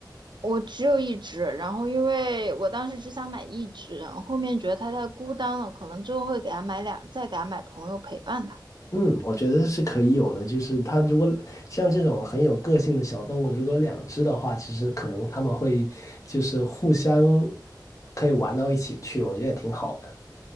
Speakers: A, on the right; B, on the left.
A: 我只有一只，然后因为我当时只想买一只，然后后面觉得它太孤单了，可能之后会给它买两，再给它买朋友陪伴它。
B: 嗯，我觉得是可以有的，就是它如果像这种很有个性的小动物，如果有两只的话，其实可能它们会就是互相可以玩到一起去，我觉得也挺好的。